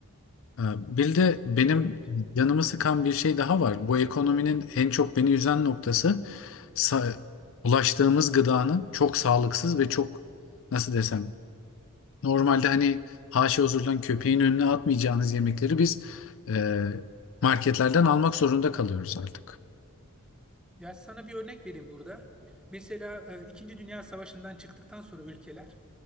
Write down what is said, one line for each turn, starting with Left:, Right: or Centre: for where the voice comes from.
Left: Ee, Bir de benim
Centre: evet.
Left: canımı sıkan bir şey daha var. Bu ekonominin en çok beni üzen noktası sa- ulaştığımız gıdanın çok sağlıksız ve çok nasıl desem normalde hani haşa huzurdan köpeğin önüne atmayacağınız yemekleri biz e, marketlerden almak zorunda kalıyoruz artık.
Centre: Ya sana bir örnek vereyim burada. Mesela e, İkinci Dünya Savaşı'ndan çıktıktan sonra ülkeler